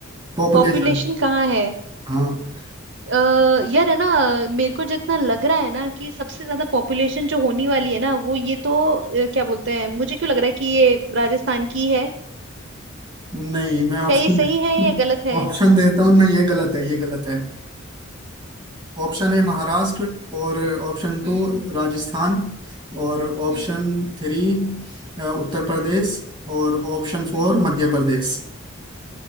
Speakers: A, on the right; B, on the right.
A: पॉपुलेशन
B: पॉपुलेशन कहाँ है
A: हाँ
B: अ, यार है ना मेरे को जितना लग रहा है ना कि सबसे ज्यादा पॉपुलेशन जो होने वाली है ना वो ये तो अ, क्या बोलते हैं मुझे क्यों लग रहा है कि ये राजस्थान की है
A: नहीं मैं
B: क्या
A: ऑप्शन
B: ये सही है या गलत है
A: ऑप्शन <laughs> देता हूँ नहीं ये गलत है ये गलत है Option A Maharashtra और ऑप्शन टू
B: हम्म
A: राजस्थान और ऑप्शन
B: हम्म
A: थ्री अ, उत्तर प्रदेश और ऑप्शन फोर
B: हम्म
A: मध्य प्रदेश